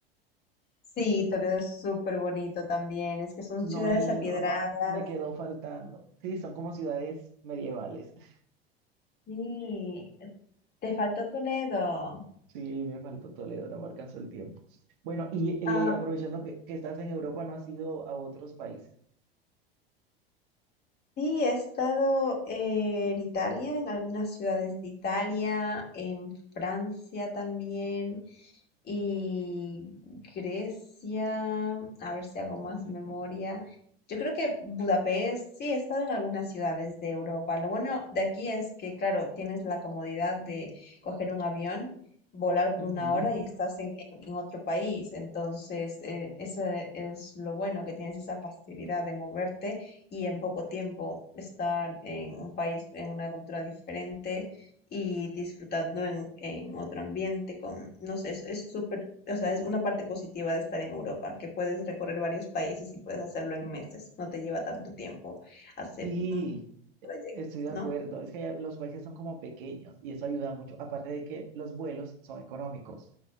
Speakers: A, on the left; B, on the right.
A: Sí, Toledo es súper bonito también, es que son
B: No
A: ciudades
B: he
A: apiedradas.
B: ido. Me quedó faltando. Sí, son como ciudades medievales. <laughs>
A: Sí, te faltó Toledo.
B: Sí, me faltó Toledo. No me alcanzó el tiempo. Bueno, y eh,
A: Ah,
B: aprovechando que, que estás en Europa, ¿no has ido a otros países?
A: sí, he estado eh, en Italia, en algunas ciudades de Italia, en Francia también. Y Grecia, a ver si hago
B: Ay,
A: más
B: qué rico.
A: memoria. Yo creo que Budapest, sí, he estado en algunas ciudades de Europa. Lo bueno de aquí es que, claro, tienes la comodidad de coger un avión, volar por
B: Ujú.
A: una hora y estás en, en- en otro país. Entonces, eh, eso es lo bueno, que tienes esa facilidad de moverte y en poco tiempo estar en un país, en una cultura diferente y disfrutando en, en otro ambiente con, no sé, es, es súper, o sea, es una parte positiva de estar en Europa, que puedes recorrer varios países y puedes hacerlo en meses, no te lleva tanto tiempo hacer
B: Sí.
A: un trayecto,
B: Estoy de acuerdo,
A: ¿no?
B: es que allá los países son como pequeños y eso ayuda mucho, aparte de que los vuelos son económicos.